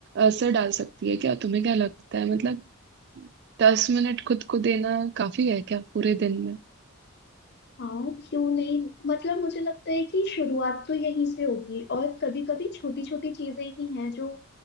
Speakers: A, on the right; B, on the left.
A: असर डाल सकती है क्या तुम्हें क्या लगता है मतलब दस मिनट खुद को देना काफी है क्या पूरे दिन में
B: हाँ क्यों नहीं मतलब मुझे लगता है कि शुरुआत तो यहीं से होगी और कभी कभी छोटी छोटी चीजें ही हैं जो